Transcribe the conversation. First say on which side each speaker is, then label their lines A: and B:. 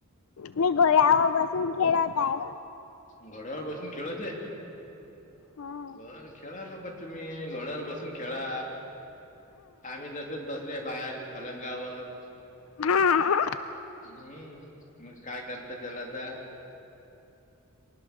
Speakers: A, on the left; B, on the left.
A: मी गोळ्यावर बसून खेळत हाय.
B: घोड्यावर बसून खेळताय?
A: हा.
B: बर खेळा बाबा तुम्ही घोड्यावर बसून खेळा. आम्ही तसच बसले बाहेर पलंगावर
A: हा.
B: हम्म. मग काय करता त्याला आता?